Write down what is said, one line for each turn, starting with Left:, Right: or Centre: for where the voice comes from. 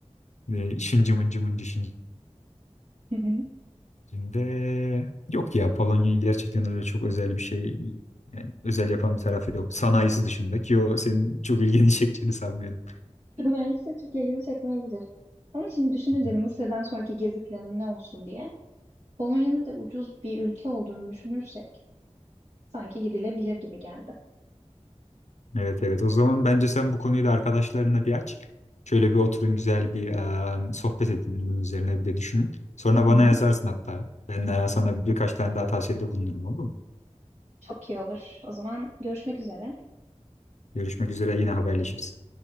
Left: e, şıncı mıncı mıncı şıncı
Right: Hı hı.
Left: Şimdi yok ya Polonya'yı gerçekten öyle çok özel bir şey yani özel yapan bir tarafı yok. Sanayisi dışında ki o senin çok ilgini <laughs> çekeceğini sanmıyorum.
Right: Belki de çok ilgimi çekmeyebilir. Ama şimdi düşününce
Left: Hı.
Right: hani Mısır'dan sonraki gezi planım ne olsun diye Polonya'nın da ucuz bir ülke olduğunu düşünürsek sanki gidilebilir gibi geldi.
Left: Evet evet o zaman bence sen bu konuyu da arkadaşlarına bir aç. Şöyle bir oturun güzel bir e, sohbet edin bunun üzerine bir de düşünün. Sonra bana
Right: Hı hı.
Left: yazarsın hatta. Ben e, sana birkaç tane daha tavsiyede bulunurum olur mu?
Right: Çok iyi olur. O zaman görüşmek üzere.
Left: Görüşmek üzere yine haberleşiriz.